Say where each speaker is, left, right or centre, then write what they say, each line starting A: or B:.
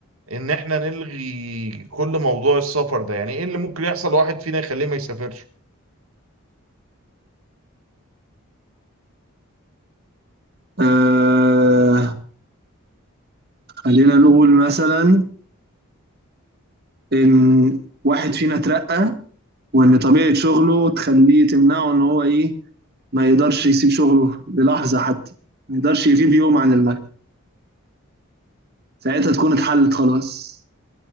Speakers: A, on the right; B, on the right.
A: ان احنا نلغي كل موضوع السفر ده يعني ايه اللي ممكن يحصل واحد فينا يخليه ما يسافرش
B: آه خلينا نقول مثلا إن واحد فينا اترقى وإن طبيعة شغله تخليه تمنعه إن هو إيه ما يقدرش يسيب شغله للحظة حتى ما يقدرش يغيب يوم عن المكتب ساعتها تكون اتحلت خلاص